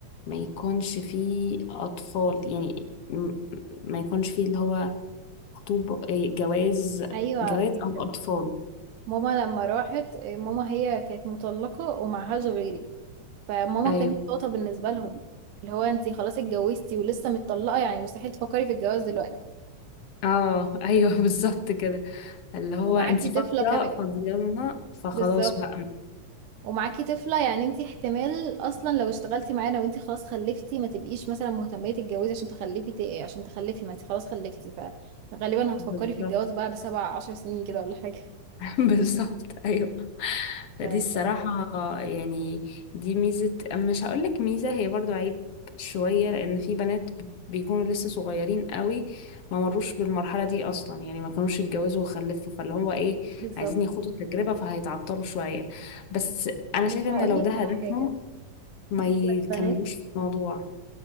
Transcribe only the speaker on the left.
ما يكونش فيه أطفال يعني م- ما يكونش فيه اللي هو خطوب إيه، جواز
جواز
أو أطفال
ايوه
اه ايوه <laughs> بالظبط كده اللي هو
انت فاضيه
فاضيه لنا فخلاص
بقى
بالظبط
<laughs> بالظبط ايوه فدي
الصراحه يعني دي ميزه مش هقول لك ميزه هي برضو عيب شويه لان في بنات بيكونوا لسه صغيرين قوي ما مروش بالمرحله دي اصلا يعني ما كانوش اتجوزوا وخلفوا فاللي هو ايه
عايزين يخوضوا التجربه فهيتعطلوا شويه بس انا
شايفه ان
لو ده هدفهم
ما يكملوش
في الموضوع